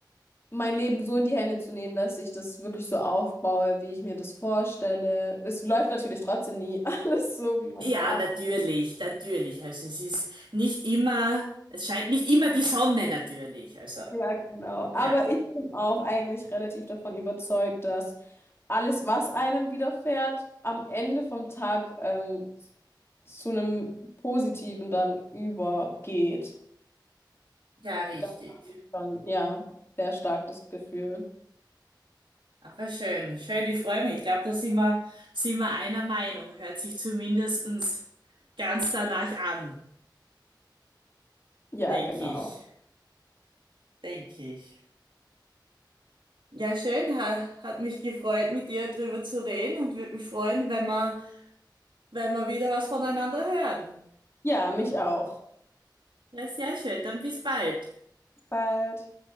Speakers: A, on the left; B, on the right.
A: mein Leben so in die Hände zu nehmen, dass ich das wirklich so aufbaue, wie ich mir das vorstelle. Es läuft natürlich trotzdem nie <laughs> alles so, wie man
B: Ja,
A: es haben
B: natürlich, natürlich. Also es ist nicht immer, es scheint nicht immer die Sonne natürlich. Also,
A: Ja, genau.
B: ja,
A: Aber ich bin auch eigentlich relativ davon überzeugt, dass alles, was einem widerfährt, am Ende vom Tag ähm, zu einem Positiven dann übergeht.
B: ja, richtig.
A: Das ist dann, ja, sehr stark das Gefühl.
B: Aber schön, schön, ich freue mich. Ich glaube, da sind wir, sind wir einer Meinung. Hört sich zumindestens ganz danach an.
A: Ja,
B: Denke
A: genau.
B: ich. Denke ich. Ja, schön, ha, hat mich gefreut, mit dir drüber zu reden und würde mich freuen, wenn wir, wenn wir wieder was voneinander hören.
A: Ja, mich auch.
B: Ja, sehr schön. Dann bis bald.
A: Bis bald.